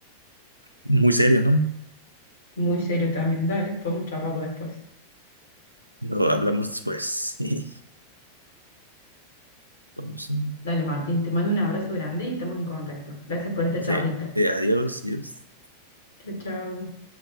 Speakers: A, on the right; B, on the left.
A: muy serio, ¿no?
B: Muy serio también, dale, podemos charlarlo después.
A: Lo hablamos después. <laughs> Vamos.
B: Dale, Martín, te mando un abrazo grande y estamos en contacto. Gracias por esta
A: Sí,
B: charlita.
A: eh, adiós, adiós.
B: Chau, chau.